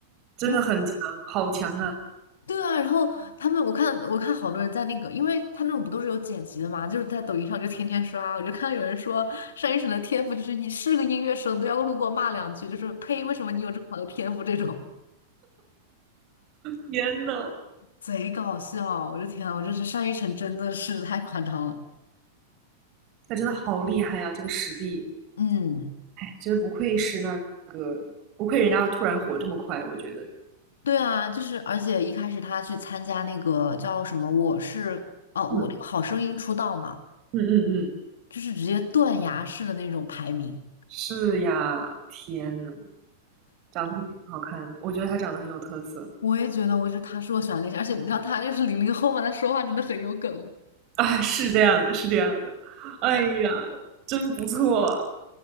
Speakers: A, on the right; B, on the left.
A: 真的很强，
B: <laughs> 嗯。
A: 好强啊！
B: 对啊，然后他们，我看我看好多人在那个，因为他那种不都是有剪辑的嘛，就是在抖音上就天天刷，我就看到有人说单依纯的天赋就是你是个音乐生都要路过骂两句，就是呸，为什么你有这么好的天赋这种，
A: 天呐，
B: <laughs> 贼搞笑，我的天啊，我真是单依纯真的是太夸张了。
A: 他真的好厉害呀！这个实力。
B: 嗯，
A: 真不愧是那个，不愧人家突然火这么快，我觉得，
B: 对啊，就是而且一开始他去参加那个叫什么我是哦、我那个好声音出道嘛，
A: 嗯嗯嗯嗯，
B: 就是直接断崖式的那种排名。
A: 是呀，天呐，长得挺好看的，我觉得他长得很有特色
B: 我也觉得我觉得他是我喜欢的类型，而且你知道他又是零零后嘛，他说话真的很有梗。
A: 啊，是这样的，是这样的，哎呀，真不错，